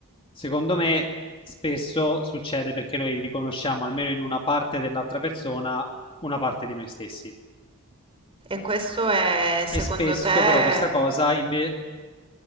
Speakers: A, on the left (about 25°); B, on the right (about 25°).
A: secondo me spesso succede perché noi riconosciamo almeno in una parte dell'altra persona una parte di noi stessi.
B: E questo è, secondo
A: E spesso
B: te...
A: però questa cosa invece